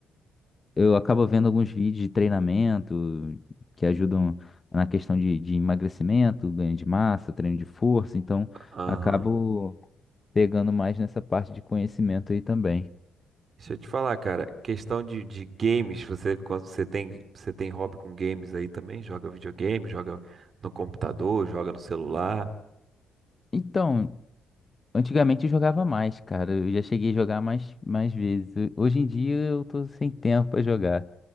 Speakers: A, on the left (about 30°); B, on the right (about 45°).
A: eu acabo vendo alguns vídeos de treinamento que ajudam na questão de, de emagrecimento, ganho de massa, treino de força. Então,
B: Aham.
A: acabo pegando mais nessa parte de conhecimento aí também.
B: Deixa eu te falar, cara, questão de, de games, você quando você tem, você tem hobby com games aí também? Joga videogame, joga no computador, joga no celular.
A: Então, Antigamente eu jogava mais, cara. Eu já cheguei a jogar mais, mais vezes. Eu- Hoje em dia eu tô sem tempo pra jogar.